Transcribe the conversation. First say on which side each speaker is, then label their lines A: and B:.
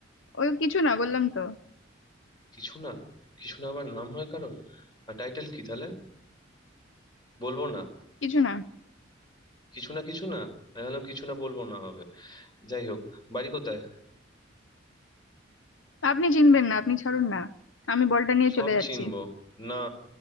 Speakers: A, on the left; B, on the left.
A: ওই কিছু না বললাম তো
B: কিছু না কিছু না আবার নাম হয় কারোর আর টাইটেল কি তাহলে বলবো না
A: কিছু না
B: কিছু না কিছু না আমি ভাবলাম কিছু না বলবো না হবে যাই হোক বাড়ি কোথায়
A: আপনি চিনবেন না আপনি ছাড়ুন না আমি বলটা নিয়ে
B: সব
A: চলে যাচ্ছি
B: চিনবো না